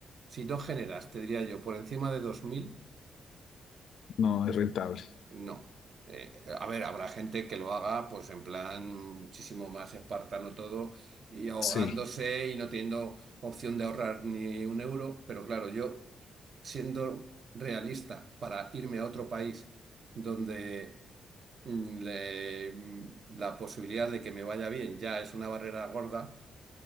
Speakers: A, on the right; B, on the left.
A: si no generas, te diría yo, por encima de dos mil
B: no es rentable.
A: no. Eh, a ver, habrá gente que lo haga pues en plan muchísimo más espartano todo y ahogándose
B: Sí.
A: y no teniendo opción de ahorrar ni un euro, pero claro, yo siendo realista para irme a otro país donde mm, le- mm, la posibilidad de que me vaya bien ya es una barrera gorda,